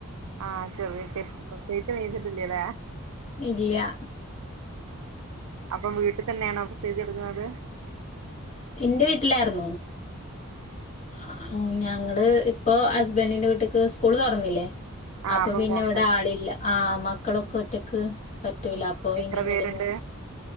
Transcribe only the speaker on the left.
ഇല്ല്യ
ഇന്റെ വീട്ടിലാറ്ന്നു
ആഹ് ഞങ്ങള് ഇപ്പൊ ഹസ്ബന്റിന്റെ വീട്ട്ക്ക് സ്കൂള് തൊർന്നില്ലേ
അപ്പൊ പിന്നെ
ഇവ്ടെ ആളില്ല ആഹ്‌ മക്കളൊക്കൊറ്റക്ക് പറ്റൂല
അപ്പൊപിന്ന
ഇങ്ങട്ട്
പോന്നു